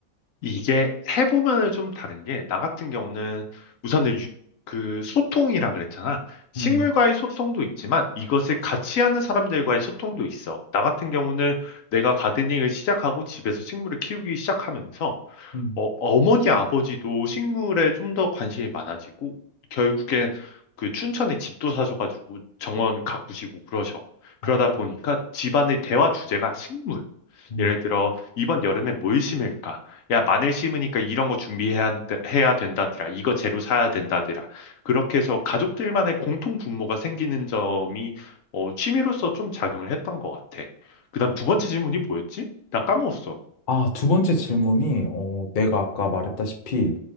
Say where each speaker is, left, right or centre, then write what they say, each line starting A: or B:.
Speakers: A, on the left (about 70°); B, on the left (about 45°).
A: 이게 해보면은 좀 다른 게, 나 같은 경우는 우선은 유- 그 소통이라 그랬잖아. 식물과의
B: 음,
A: 소통도 있지만 이것을 같이 하는 사람들과의 소통도 있어. 나 같은 경우는 내가 가드닝을 시작하고 집에서 식물을 키우기 시작하면서
B: 음,
A: 어, 어머니 아버지도 식물에 좀 더 관심이 많아지고 결국엔 그 춘천에 집도 사셔가지고 정원 가꾸시고 그러셔.
B: 어,
A: 그러다 보니까 집안의 대화 주제가 식물.
B: 음,
A: 예를 들어 이번 여름에 뭘 심을까? 야, 마늘 심으니까 이런 거 준비해야 한다- 해야 된다더라. 이거 재료 사야 된다더라. 그렇게 해서 가족들만의 공통 분모가 생기는 점이 어, 취미로서 좀 작용을 했던 것 같아. 그다음 두
B: 음,
A: 번째 질문이 뭐였지? 나 까먹었어.
B: 아, 두 번째 질문이, 어, 내가 아까 말했다시피,